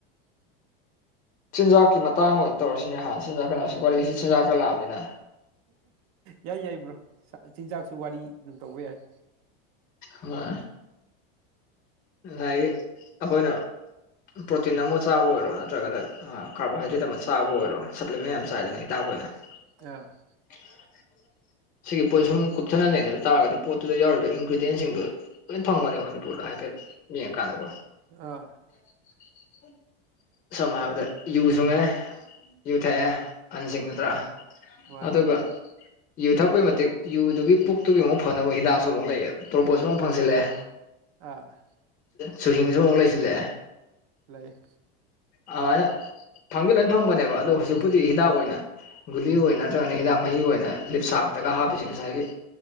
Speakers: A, on the left; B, on the right.
A: ꯆꯤꯟꯖꯥꯛꯀꯤ ꯃꯇꯥꯡ ꯑꯣꯏꯅ ꯇꯧꯔꯁꯤꯅꯦ ꯍꯥ ꯆꯤꯟꯖꯥꯛ ꯀꯅꯥꯁꯨ ꯋꯥꯔꯤꯁꯤ ꯆꯤꯟꯖꯥꯛꯇ ꯂꯥꯛꯑꯕꯅꯤꯅ
B: ꯌꯥꯏ ꯌꯥꯏꯕ꯭ꯔꯣ ꯆꯤꯟꯖꯥꯛꯁꯨ ꯋꯥꯔꯤ ꯑꯗꯨꯝ ꯇꯧꯕ ꯌꯥꯏ
A: ꯍꯣꯏ ꯉꯁꯥꯏꯒꯤ ꯑꯩꯈꯣꯏꯅ ꯄ꯭ꯔꯣꯇꯤꯟ ꯑꯃ ꯆꯥꯕ ꯑꯣꯏꯔꯣ ꯅꯠꯇ꯭ꯔꯒꯗ ꯑ ꯀꯥꯔꯕꯣꯍꯥꯏꯗ꯭ꯔꯦꯠ ꯑꯃ ꯆꯥꯕ ꯑꯣꯏꯔꯣ ꯁꯄ꯭ꯂꯤꯃꯦꯟ ꯌꯥꯝ ꯆꯥꯏꯗꯅ ꯍꯤꯗꯥꯛ ꯑꯣꯏꯅ
B: ꯑ
A: <unintelligible> ꯁꯤꯒꯤ ꯄꯣꯠꯁꯦ ꯁꯨꯝ ꯀꯨꯞꯊꯅ ꯅꯩꯅꯕ ꯑꯗꯨꯝ ꯇꯥꯔꯒꯗꯤ ꯄꯣꯠꯇꯨꯗ ꯌꯥꯎꯧꯔꯤꯕ ꯏꯟꯒ꯭ꯔꯤꯗꯤꯌꯦꯟꯁꯤꯡꯗꯨ ꯂꯣꯏ ꯐꯪꯕꯅꯦꯕ ꯃꯅꯤꯄꯨꯔꯗ ꯍꯥꯏꯐꯦꯠ ꯌꯦꯡꯉꯀꯥꯟꯗꯀꯣ
B: ꯑꯥ
A: <unintelligible> ꯁꯃ ꯍꯥꯏꯕꯗ ꯌꯨ ꯁꯨꯡꯉꯦ ꯌꯨꯊꯛꯑꯦ ꯑꯍꯟꯁꯤꯡ ꯅꯠꯇ꯭ꯔꯥ
B: ꯃꯥꯅꯤ
A: ꯑꯗꯨꯒ ꯌꯨ ꯊꯛꯄꯒꯤ ꯃꯇꯤꯛ ꯌꯨꯗꯨꯒꯤ ꯄꯨꯛꯇꯨꯒꯤ ꯑꯃꯨꯛ ꯐꯅꯕ ꯍꯤꯗꯥꯛꯁꯨ ꯑꯃꯨꯛ ꯂꯩꯌꯦꯕ ꯇꯣꯔꯄꯣꯠꯁꯨ ꯑꯃꯨꯛ ꯐꯪꯁꯤꯜꯂꯛꯑꯦ
B: ꯑ
A: ꯆꯨꯁꯤꯡꯁꯨ ꯑꯃꯨꯛ ꯂꯩꯁꯤꯜꯂꯛꯑꯦ
B: ꯂꯩ
A: ꯑꯗꯨꯃꯥꯏꯅ ꯐꯪꯗꯤ ꯂꯣꯏ ꯐꯪꯕꯅꯦꯕ ꯑꯗꯣ ꯍꯧꯖꯤꯛꯄꯨꯗꯤ ꯍꯤꯗꯥꯛ ꯑꯣꯏꯅ ꯒꯨꯂꯤ ꯑꯣꯏꯅ ꯅꯠꯇ꯭ꯔꯒꯅ ꯍꯤꯗꯥꯛ ꯃꯍꯤ ꯑꯣꯏꯅ ꯂꯤꯞ ꯁꯥꯞꯇꯒ ꯍꯥꯞꯄꯤꯁꯤ ꯉꯁꯥꯏꯒꯤ